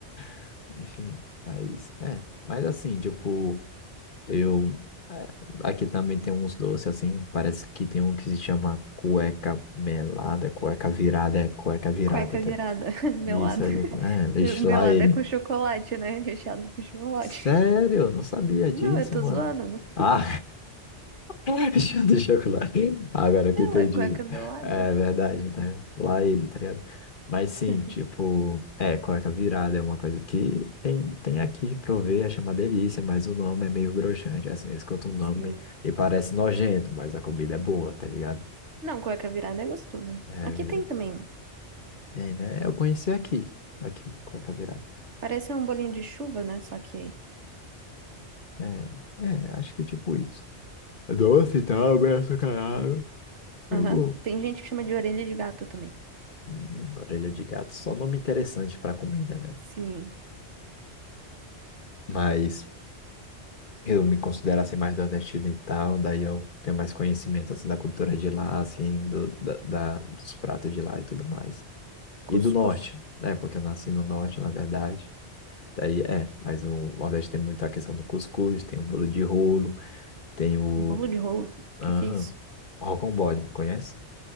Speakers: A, on the left; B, on the right.
A: <laughs> Enfim, mas, é, mas assim, tipo, eu... é, Aqui também tem uns doces, assim, parece que tem um que se chama cueca melada, cueca virada, é cueca virada,
B: Cueca
A: tá
B: virada,
A: ligado?
B: <laughs> melado
A: Isso, é,
B: <laughs>
A: é, deixa
B: melado
A: lá ele.
B: é com chocolate, né? Recheado com chocolate.
A: Sério?
B: <laughs>
A: Não sabia
B: Não,
A: disso,
B: eu tô
A: mano.
B: zoando.
A: Ah, <laughs> deixa deixa eu lá. Agora que
B: É,
A: entendi.
B: ué, cueca melada.
A: É verdade, né? Lá ele, tá ligado? Mas sim,
B: <laughs>
A: tipo, é, cueca virada é uma coisa que tem, tem aqui pra eu ver, é uma delícia, mas o nome é meio broxante, assim, escuta o nome
B: Sim.
A: e parece nojento, mas a comida é boa, tá ligado?
B: Não, cueca virada é gostoso.
A: É,
B: Aqui
A: vira-
B: tem também.
A: tem, né? Eu conheci aqui, aqui, cueca virada.
B: Parece um bolinho de chuva, né? Só que.
A: É, é, acho que tipo isso. Doce e tal, bem açucarado. É
B: Aham.
A: bom.
B: Tem gente que chama de orelha de gato também.
A: Hum, orelha de gato, só nome interessante para comida, né?
B: Sim.
A: Mas eu me considero assim mais do nordestino e tal, daí eu tenho mais conhecimento assim da cultura de lá, assim, do, da, da- dos pratos de lá e tudo mais.
B: Cuscuz.
A: E do norte, né? Porque eu nasci no norte, na verdade. Daí é, mas o Nordeste tem muito a questão do cuscuz, tem o bolo de rolo, tem o.
B: Bolo de rolo. O
A: Aham,
B: que que é isso?
A: rocambole, conhece?